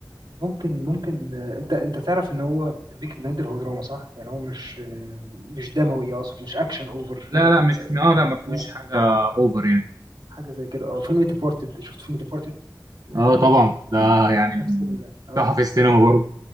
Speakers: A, on the right; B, on the right.
A: ممكن ممكن آه، انت انت تعرف ان هو بيك بلاندر هو دراما صح؟ يعني هو مش آه، مش دموي اقصد مش اكشن اوفر
B: لا
A: فاهم؟
B: لا مش
A: آه،
B: اه لا ما فيهوش
A: آه،
B: حاجة أوفر يعني
A: حاجه زي كده اه فيلم ديبورتد شفت فيلم ديبورتد
B: اه طبعا ده يعني من
A: نفس ال اه
B: تحف السينما برضه